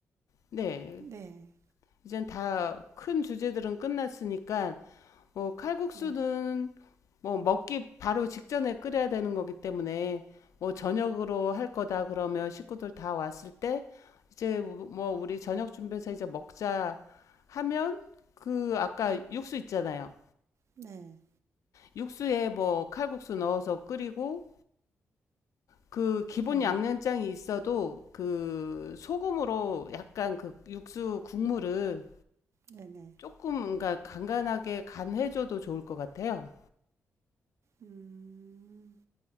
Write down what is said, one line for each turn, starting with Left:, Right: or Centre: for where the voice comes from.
Left: 네.
Right: 네,
Left: 이젠 다 큰 주제들은 끝났으니까, 뭐 칼국수는
Right: 네,
Left: 뭐 먹기 바로 직전에 끓여야 되는 거기 때문에 뭐 저녁으로 할 거다 그러면 식구들 다 왔을 때 이제 뭐 우리 저녁 준비해서 이제 먹자 하면 그 아까 육수 있잖아요.
Right: 네,
Left: 육수에 뭐 칼국수 넣어서 끓이고 그 기본
Right: 네,
Left: 양념장이 있어도 그 소금으로 약간 그 육수 국물을
Right: 네네.
Left: 조금 그러니까 간간하게 간해줘도 좋을 것 같아요.
Right: 음,